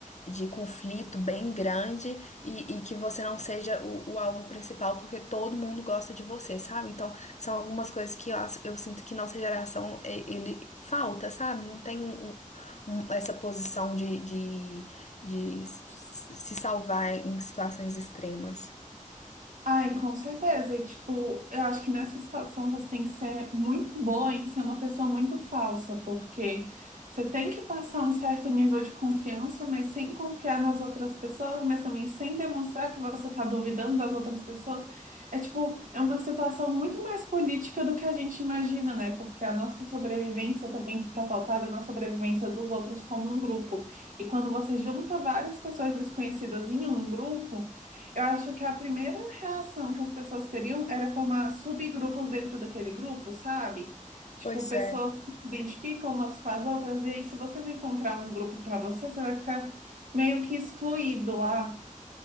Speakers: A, on the left; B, on the right.
A: de conflito bem grande e, e que você não seja o, o alvo principal, porque todo mundo gosta de você, sabe? Então, são algumas coisas que eu, acho- eu sinto que nossa geração, e- ele falta, sabe? Não tem um, um, um- essa posição de, de, de se salvar em situações extremas.
B: Ai, com certeza. E, tipo, eu acho que nessa situação você tem que ser muito boa em ser uma pessoa muito falsa, porque você tem que passar um certo nível de confiança, mas sem confiar nas outras pessoas, mas também sem demonstrar que você está duvidando das outras pessoas. É, tipo, é uma situação muito mais política do que a gente imagina, né? Porque a nossa sobrevivência também está pautada na sobrevivência dos outros como um grupo. E quando você junta várias pessoas desconhecidas em um grupo, eu acho que a primeira reação que as pessoas teriam era formar subgrupos dentro daquele grupo, sabe? Tipo,
A: Pois
B: pessoas
A: é.
B: que se identificam umas com as outras, e aí, se você não encontrar um grupo para você, você vai ficar meio que excluído lá.